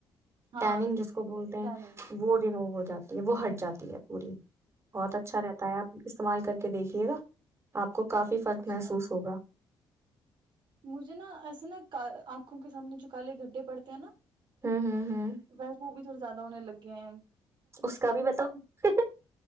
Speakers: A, on the right (about 55°); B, on the right (about 30°).
A: ہاں
B: یننگ جس کو بولتے ہیں
A: ٹیننگ
B: وہ ریموو ہو جاتی ہے وہ ہٹ جاتی ہے پوڑی بہت اچھا رہتا ہے آپ استعمال کر دیکھیے گا آپ کو کافی فرق
A: اچھا
B: محسوس ہوگا
A: مجھے نا ایسے نا آنکھوں کے سامنے جو کالے گھڈھے پڑتے ہیں نا
B: ہوں ہوں ہوں
A: ویس وہ بھی تھوڑا زیادہ ہونے لگ گیم
B: اس کا بھی بتاؤ